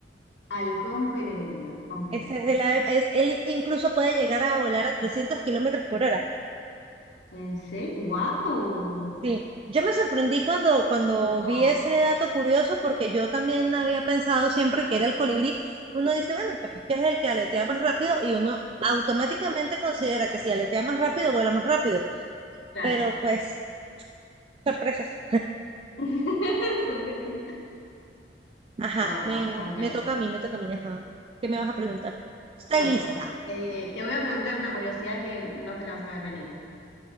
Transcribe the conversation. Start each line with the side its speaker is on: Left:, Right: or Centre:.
Left: Halcón peregrino, ok.
Right: Ese es el ave- es, él incluso puede llegar a volar a 300 kilómetros por hora.
Left: Pensé, wow.
Right: Sí, yo me sorprendí cuando, cuando
Left: Ah,
Right: vi ese dato curioso porque yo también había pensado siempre que era el colibrí. Uno dice, bueno, pues es que es el que aletea más rápido y uno automáticamente considera que si aletea más rápido, vuela más rápido.
Left: claro.
Right: pero pues, sorpresas.
Left: <laughs> Sorpresa.
Right: Ajá,
Left: Wow,
Right: me,
Left: ok.
Right: me toca a mí, me toca a mí, ajá. ¿Qué me vas a preguntar? ¿Estáis
Left: Bueno,
Right: lista?
Left: eh, te voy a preguntar una curiosidad que no te la vas a ver venir.